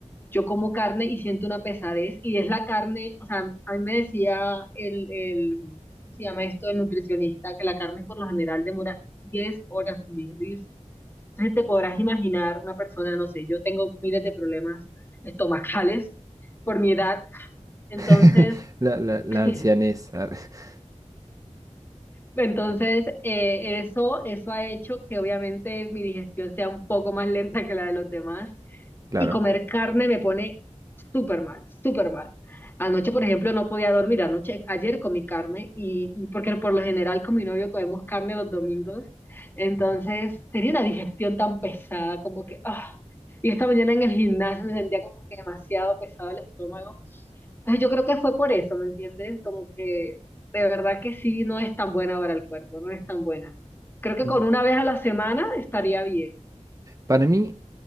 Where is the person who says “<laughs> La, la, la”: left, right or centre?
Right